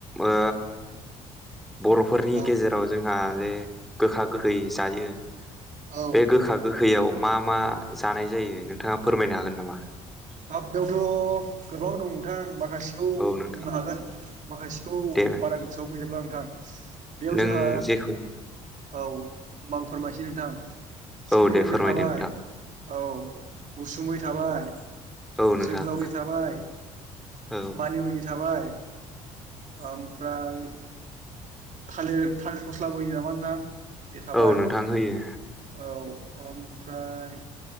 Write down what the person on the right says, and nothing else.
औ
औ
हाब बेयावथ' गोबाव दं नोंथां <unintelligible> माखासेखौ
बुंनो हागोन माखासेखौ
बारा गोसोआव गैजोबला नोंथां। बेयाव
जोंहा
औ होमबा आं फोरमायसै नोंथां। खिफि
बेन्दों
थाबाय
औ उसुमै थाबाय।
जोग्लावरि थाबाय
मानिमुनि थाबाय ओम ओमफ्राय थालिर -थालिर फ'स्लाबो होयो नामा नोंथां? बे थाबाय
औ। ओमफ्राय